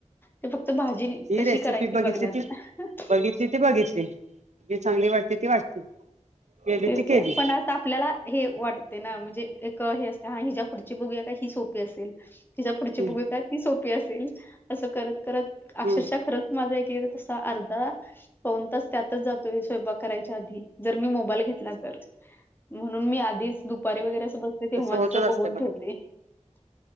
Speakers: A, on the left; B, on the right.
A: ते फक्त भाजी
B: जी
A: कशी
B: रेसिपी
A: करायची
B: बघितली
A: बघण्यात
B: ती बघितली
A: <unintelligible>
B: ती बघितली जी चांगली वाटते ती वाटते. केली
A: तेच
B: ती केली
A: की पण आस आपल्याला हे वाटतय, ना म्हणजे एक हे असतय हा हिच्या पुढची बघूया का? ही सोपी असेल तिच्या पुढची
B: हम्म
A: बघुया काय? ती सोपी असेल, असं करत करत अक्षरशः
B: हम्म
A: खरच माझा एकेककदा तसा अर्धा पाऊण तास त्यातच जातोय, स्वयंपाक करायच्या आधी जर मी मोबाईल घेतला, तर म्हणून मी आधीच दुपारी वगैरे असं बसते तेव्हाच
B: तसं होतच
A: बघून
B: असतं बघा
A: ठेवते.